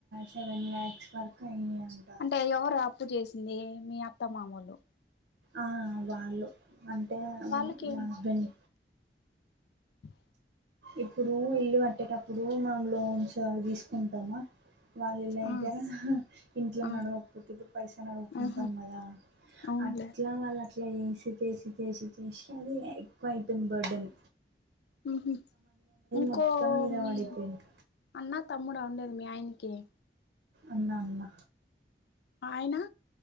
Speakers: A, on the right; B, on the left.
A: సెవెన్ ల్యాక్స్ వరకు అయినాయియంట
B: అంటే ఎవరు అప్పు చేసింది మీ అత్త మామోళ్ళు
A: ఆ వాళ్ళు అంటే
B: వాళ్ళకి
A: మా హస్బెండ్
B: కాళి
A: ఇప్పుడు ఇల్లు కట్టేటప్పుడు మనం లోన్స్ అవి తీసుకుంటామా వాళ్ళ దగ్గర
B: ఆ
A: ఇంట్లో
B: ఆ
A: నడవకపోతే ఇప్పుడు పైసా నడుగుకుంటాం
B: ఆహా
A: కదా
B: అవునులే
A: అట్లా వాళ్ళు అట్ల వేసి చేసి చేసి చేసి అది ఎక్కువ అయిపోయింది బర్డన్
B: హ్మ్ హు ఇంకో
A: మొత్తం మీద
B: మీ
A: పడిపోయింది
B: అన్న తమ్ముడా ఉండేది మీ ఆయనకి
A: అన్నా అన్నా
B: ఆయనా